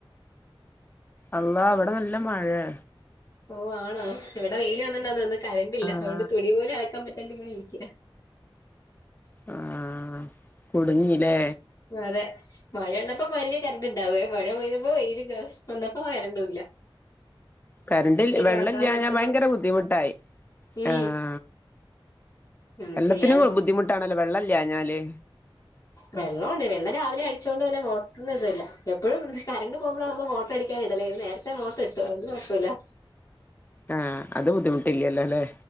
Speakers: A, on the left; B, on the left.
A: അള്ളാ ഇവിടെ നല്ല മഴയാ.
B: ഓ ആണോ ഇവിടെ വെയില് വന്നിണ്ട്തോന്ന്ന്നു അതോണ്ട് കറണ്ടില്ല
A: ആഹ്
B: അതുകൊണ്ട് തുണി പോലും അലക്കാൻ പറ്റാണ്ടിങ്ങനെ ഇരിക്ക.
A: ആഹ് കുടുങ്ങീല്ലേ?
B: വെറേ മഴ ഉള്ളപ്പോ പൊരേ കരണ്ട്ണ്ടാവേ മഴ പെയ്തപ്പോ വെയിലും വന്നപ്പോ കരണ്ടുല്ല.
A: കരന്റ് വെള്ളില്ലാഞ
B: ഉണക്കാന്നോർത്തപ്പോ
A: ഭയങ്കര ബുദ്ധിമുട്ടായി
B: ഉം
A: ആഹ്
B: ഒന്നും
A: എല്ലാത്തിനും
B: ചെയ്യാനോ
A: ബുദ്ധിമുട്ടാണല്ലോ വെള്ളല്ലാഞാല്.
B: വെള്ളമൊണ്ട് വെള്ള രാവിലെ അടിച്ചുകൊണ്ട് തന്നെ മോട്ടറി ഇതല്ല എപ്പോഴും കറണ്ട് പോകുമ്പോൾ നള് മോട്ടർ അടി ഇടല്ലേ ഇത് നേരത്തെ മോട്ടർ ഇട്ടു അതോണ്ട് കുഴപ്പല്ല.
A: ആഹ് അത് ബുദ്ധിമുട്ടില്ല്യല്ലോല്ലേ?